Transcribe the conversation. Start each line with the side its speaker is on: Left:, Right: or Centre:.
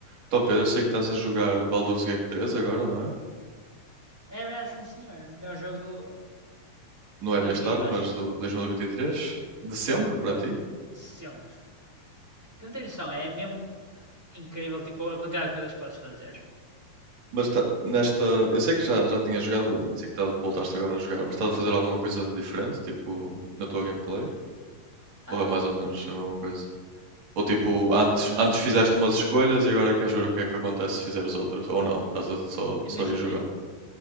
Right: Então, Pedro, eu sei que estás a jogar o Baldur's Gate 3 agora, não é?
Centre: Era, sim senhor. Melhor jogo do,
Right: Não
Centre: da
Right: é deste
Centre: vida,
Right: ano, mas
Centre: acho
Right: do
Centre: eu.
Right: 2023. De sempre para
Centre: Bro,
Right: ti.
Centre: de sempre. Tu não tens noção, é mesmo incrível tipo, a quantidade de coisas que podes fazer.
Right: Mas tá- nesta. Eu sei que já, já tinha jogado antes e que tá- voltaste agora a jogar, mas estás a fazer alguma coisa de diferente, tipo, na tua gameplay? Ou
Centre: Ahm,
Right: é mais ou menos a mesma coisa? Ou tipo,
Centre: é
Right: antes,
Centre: mais ou
Right: antes
Centre: menos.
Right: fizeste umas escolhas e agora queres ver o que é que acontece se fizeres outras? Ou não, estás a só,
Centre: Imagina,
Right: só ir jogando.